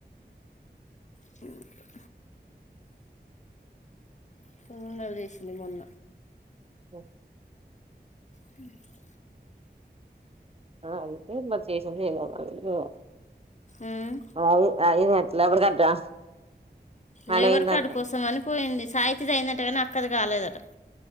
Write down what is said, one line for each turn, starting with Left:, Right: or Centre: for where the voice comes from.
Left: జ గ్ర సున్నుండలు జేసింది మొన్న
Right: హ్మ్
Left: హ్మ్
Right: ఆ అంతే మరి చేసిందో చెయ్యాలో మాక్ తెల్దువ
Left: ఉమ్,
Right: అయి అయినన్ లేబర్ కట్టా
Left: లేబర్
Right: అడయింది
Left: కార్డు
Right: అట్లా
Left: కోసం అని పోయింది సావిత్రిది అయిందట గాని అక్కది కాలేదట